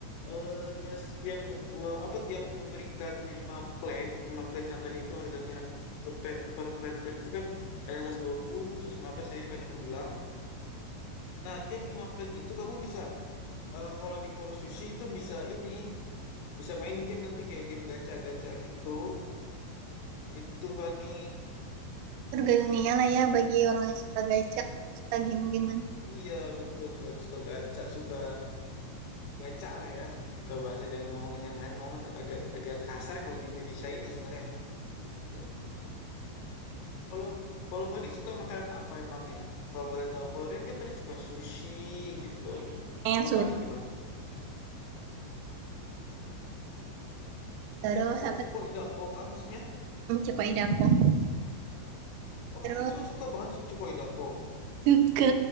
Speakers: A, on the left (about 80°); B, on the right (about 90°).
A: eh, nyes- tiap nye- me- apa tiap memberikan 5 plate, lima plate yang tadi itu harganya per, pe- per plate plate itu kan ada yang 120, 115 tadi itu kan yang aku bilang. Nah, tiap 5 plate itu kamu bisa Eh, kalau di Kurosushi itu bisa ini, bisa main game nanti kayak game gacha-gacha gitu. Gitu, Fani.
B: Surga dunia lah ya bagi orang yang suka gacak, suka game-gamean.
A: Iya, betul. Suka suka gacha, suka gacha lah ya. Kita bahasnya jangan ngomongin yang lain, ngomong agak agak kasar kalau di Indonesia ini ya sebenarnya. Tuh. Kalau kalau Fani suka makanan apa emangnya? Kalau boleh tahu, kalau Rian kan tadi suka sushi
B: Karena
A: gitu.
B: suka ramen. Eh,
A: Kalau
B: suka
A: Fani gimana?
B: Terus
A: Oh,
B: apa
A: cuko
B: sih?
A: idako kah maksudnya?
B: Hmm, Suka idako.
A: Oh,
B: Terus
A: Fani su- suka banget su- cuko idako.
B: suka